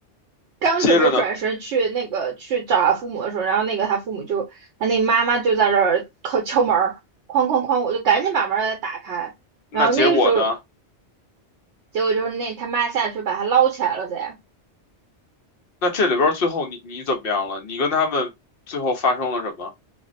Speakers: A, on the right; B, on the left.
A: 刚准备转身去那个去找他父母的时候，
B: 接着呢，
A: 然后那个他父母就他那个妈妈就在这儿敲敲门儿，哐哐哐，我就赶紧把门儿打开。
B: 那结果呢？
A: 然后那个时候结果就是那他妈下去把他捞起来了噻，
B: 那这里边儿最后你你怎么样了？你跟他们最后发生了什么？